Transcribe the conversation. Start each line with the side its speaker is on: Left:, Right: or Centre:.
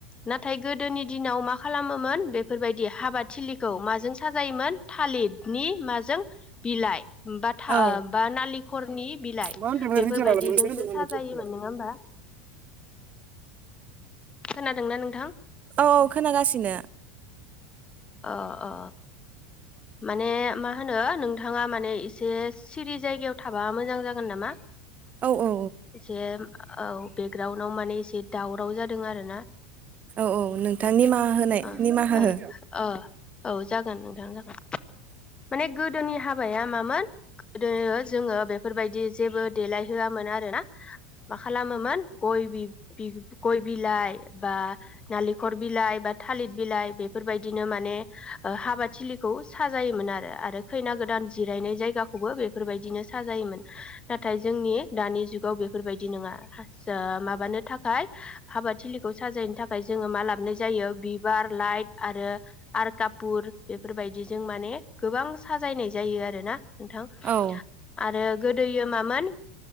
Left: नाथाय गोदोनि दिनाव मा खालामोमोन बेफोरबायदि हाबा थिलिखौ माजों साजायोमोन थालिर नि माजों बिलाइ बा था
Right: औ
Left: बा नालि हरनि बिलाइ
Right: मा होनदोंमोन
Left: बेफोरबायदिजोंसो
Right: रिजाल्टआलाय मोनगोन
Left: साजायोमोन
Right: ना मोना नोंसोरनिखौलाय?
Left: नङा होमबा खोनादोंना नोंथां
Right: औ खोनागासिनो
Left: अ अ माने मा होनो नोंथाङा माने एसे सिरि जायगायाव थाबा मोजां जागोन नामा
Right: औ औ
Left: जे औ ग्राउन्डाव माने एसे दाउन राव जादों आरोना
Right: औ औ नोंथां निमाहा होनाय
Left: ओ
Right: निमाहा
Left: ओ
Right: हो
Left: ओ औ जागोन नोंथां जागोन माने गोदोनि हाबाया मामोन गोदो जोङो बेफोरबायदि जेबो देलायहोआमोन आरोना मा खालामोमोन गय बि गय बिलाइ बा नारेंखल बिलाइ बा थालिर बिलाइ बेफोरबायदिनो माने ओ हाबाथिलि खौ साजायोमोन आरो खैना गोदान जिरायनाय जायाखौबो बेफोरबायदिनो साजायोमोन नाथाय जोंनि दानि जुगाव बेफोरबायदि नङा माबानो थाखाय हाबाथििलिखौ साजायनो थाखाय जोङो मा लाबाय जायो बिबार लाइट आरो आरो कापुर बे बेफोरबायदिजों माने गोबां साजायनाय जायो आरोना नोंथां
Right: औ
Left: आरो गोदोयो मामोन